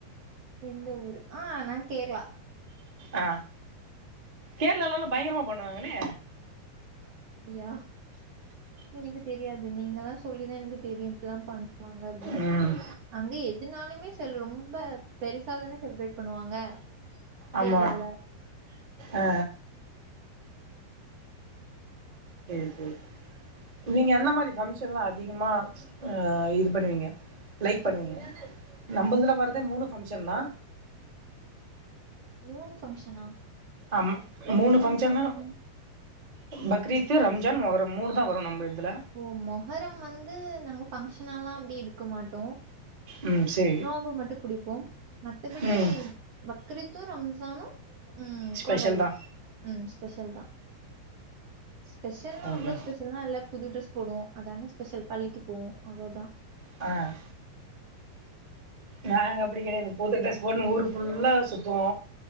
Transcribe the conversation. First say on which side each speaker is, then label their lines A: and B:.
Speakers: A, on the right (about 55°); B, on the right (about 35°).
A: எந்த ஊரு ஆ நா கேர்ளா
B: ஆ கேரளாலாலா பயங்கரமா பண்ணுவாங்கலே
A: அப்டியா எனக்கு தெரியாது நீங்கலா சொல்லிதா எனக்கு தெரியு இப்டிலா பன் வாங்க அப்டின்
B: ம்
A: அங்க எதுனாலுமே செல் ரொம்ப பெருசாதான செலிப்ரேட் பண்ணுவாங்க
B: ஆமா
A: கேரளால
B: அ அ செரி செரி நீங்க எந்த மாரி ஃபங்க்ஷன்லா அதிகமா அ இது பண்ணுவீங்க லைக் பண்ணுவீங்க நம்மள்துல வரதே மூனு ஃபங்க்ஷன்தா
A: மூனு ஃபங்க்ஷனா
B: ஆமா
A: ரெண்டு
B: மூணு
A: ஃபங்க்ஷன்
B: ஃபங்க்ஷன்தா
A: தானே
B: பக்ரீத் ரம்ஜான் மொஹரம் மூனுதா வரு நம்ப இதுல
A: ஓ மொஹரம் வந்து நாங்க ஃபங்ஷனல்லா அப்டி எடுக்க மாட்டோ
B: ம் சேரி
A: நோம்பு மட்டு புடிப்போம் மத்தபிடி
B: ம்
A: பக்ரீத்து ரம்சானு ம்
B: ஸ்பெஷல்
A: கொண்டாடுவோ
B: தா
A: ம் ஸ்பெஷல்தா ஸ்பெஷல்னா
B: ஓகே
A: அவ்ளோ ஸ்பெஷல்லா இல்ல புது ட்ரெஸ் போடுவோ அதான ஸ்பெஷல் பள்ளிக்கு போவோ அவ்ளோதா
B: அ நாங்க அப்டி கெடையாது புது ட்ரெஸ் போட்னு ஊர் ஃபுல்லா சுத்துவோ